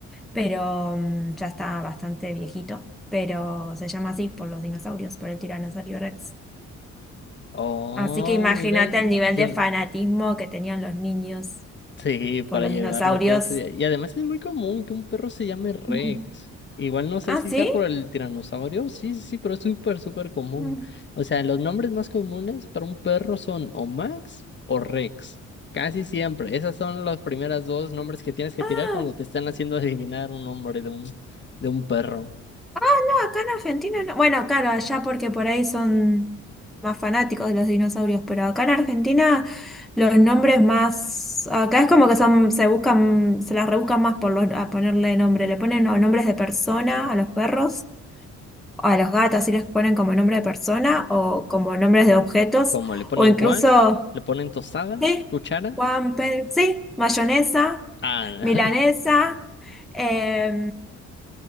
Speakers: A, in the centre; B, on the left.
A: pero mm, ya está bastante viejito, pero se llama así por los dinosaurios, por el tiranosaurio Rex.
B: Oh,
A: Así que imagínate
B: mira,
A: el nivel
B: yo,
A: de fanatismo que tenían los niños
B: Sí, para
A: por los
B: llevarlo
A: dinosaurios.
B: todo. sí. Y además es muy común que un perro se llame Rex.
A: Ujú.
B: Igual no sé
A: ¿Ah,
B: si
A: sí?
B: sea por el tiranosaurio. Sí, sí, sí, pero es súper, súper común.
A: Mm.
B: O sea, los nombres más comunes para un perro son o Max o Rex. Casi siempre. Esas son las primeras dos nombres que tienes que
A: Ah,
B: tirar cuando te están haciendo adivinar un nombre de un, de un perro.
A: ah, no, acá en Argentina no. Bueno, claro, allá porque por ahí son más fanáticos de los dinosaurios, pero acá en Argentina los nombres más. Acá es como que son, se buscan, se las rebuscan más por los- a ponerle nombre. Le ponen o nombres de persona a los perros, o a los gatos, sí les ponen como nombre de persona, o como nombres de objetos,
B: Como le ponen
A: o incluso,
B: Juan, le ponen tostada,
A: sí,
B: cuchara,
A: Juan, Pedro, sí, mayonesa,
B: ah,
A: milanesa.
B: <laughs>
A: Eh,